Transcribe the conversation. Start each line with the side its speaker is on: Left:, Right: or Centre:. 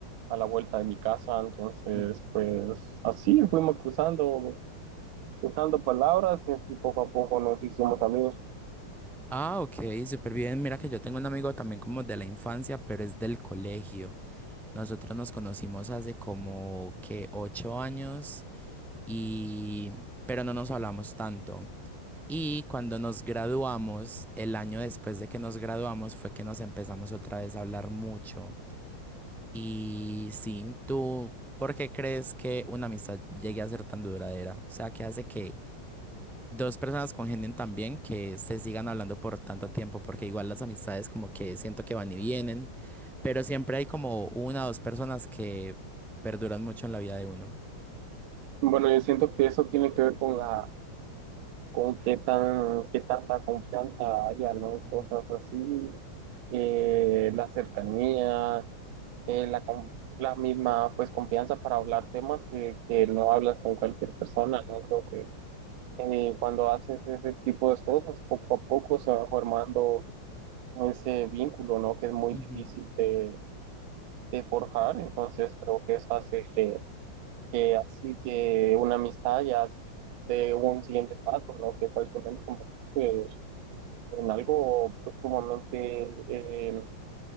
Right: a la vuelta de mi casa, entonces,
Centre: Ujú.
Right: pues así fuimos cruzando. usando palabras eh, y poco a poco nos hicimos amigos.
Centre: Ah, ok, súper bien. Mira que yo tengo un amigo también como de la infancia, pero es del colegio. Nosotros nos conocimos hace como que ocho años y pero no nos hablamos tanto. Y cuando nos graduamos, el año después de que nos graduamos, fue que nos empezamos otra vez a hablar mucho. Y sí, ¿tú por qué crees que una amistad llegue a ser tan duradera? O sea, ¿qué hace que dos personas congenien tan bien que se sigan hablando por tanto tiempo? Porque igual las amistades como que siento que van y vienen, pero siempre hay como una o dos personas que perduran mucho en la vida de uno.
Right: Bueno, yo siento que eso tiene que ver con la, con qué tan, qué tanta confianza haya, ¿no?
Centre: Ujú,
Right: Cosas así, eh, la cercanía, eh, la, con- la misma, pues, confianza para hablar temas que, que no hablas con cualquier persona, ¿no? Creo que eh, cuando haces ese tipo de cosas, poco a poco se va formando ese vínculo, ¿no? Que es muy
Centre: ujú,
Right: difícil de, de forjar, entonces creo que eso hace que Eh, así que una amistad ya es de un siguiente paso, ¿no? Que prácticamente convertirse en algo pues, sumamente eh,